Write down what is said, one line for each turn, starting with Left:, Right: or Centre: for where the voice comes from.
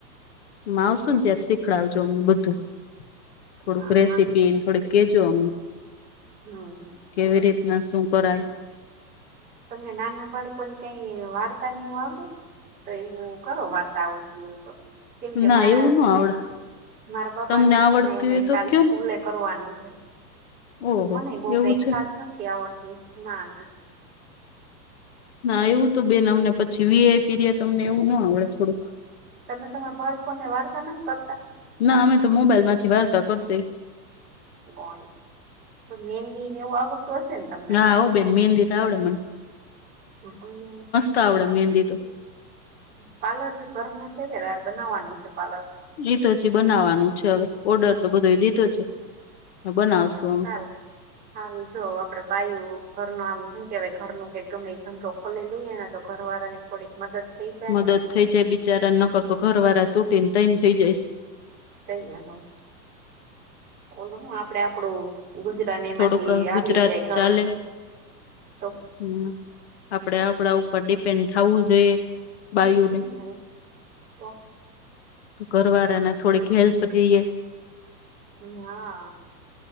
Left: આવશું ને ત્યારે શીખડાવજો અમને બધું થોડુંક
Right: હા
Left: રેસીપી
Right: હા
Left: થોડીક કેજોમ
Right: હમ હા
Left: કેવી રીતના શું કરાય
Right: તમને નાના બાળકો ને કઈ વાર્તા નહ આવડે તો એ હું કરો વાર્તા આવળતી હો કેમ કે
Left: ના
Right: મારા
Left: એવું
Right: છે
Left: ન આવડે
Right: ને મારા બાબા
Left: તમને
Right: ને
Left: આવડતી
Right: છે ને એને
Left: હોય તો
Right: કાલ
Left: કયો
Right: સ્કૂલે
Left: ને
Right: કરવાની છે
Left: ઓહો!
Right: મને બહ
Left: એવું
Right: કઈ
Left: છે.
Right: ખાસ નથી આવડતી ના ના
Left: ના એવું તો બેન અમને પછી વીઆઈ પી તમને એવું ના આવડે થોડું
Right: તમે તમારા બાળકો ને વાર્તા નથી કરતા
Left: ના અમે તો મોબાઈલ માંથી વાર્તા કર દય
Right: પણ મેંદીને એવું આવડતું હશે ને તમને
Left: હા હ બે મ મેહેંદી તો આવડે મને
Right: હ અને
Left: ત આવમંદીું
Right: પાર્લર ઘરનું છે કે બનાવવાનું છે પાર્લર
Left: એ તો હજી બનાવાનું છે હવે ઓર્ડર તો બધો એ દીધો છે. બનાવશું
Right: હા
Left: અમે
Right: સારું હા જો આપડે બાાયું ઘર ન આ કેવાય ઘર ન કઈ ગમે ધંધો ખોલી લઈએ તો ઘર વાળા ની થોડીક મદદ થઈ જાય.
Left: મદદ થઈ જાય બિચારાને નકરતો ઘર વાળા તૂટી ને તોઈને થઇ જાય.
Right: થ ગયા હ હું આપડે આપડું ગુજરા એમાંથી
Left: થોડુંક ગુજરાત
Right: આવીલી જાય ઘરમાં
Left: ચાલે
Right: તો
Left: હમ આપડે આપડા ઉપર ડેપેન્ડ થવું જોઈએ વાાયુને
Right: હમ તો
Left: ઘવા ર ને થોડીક હેલ્પ લઈએ
Right: હ હા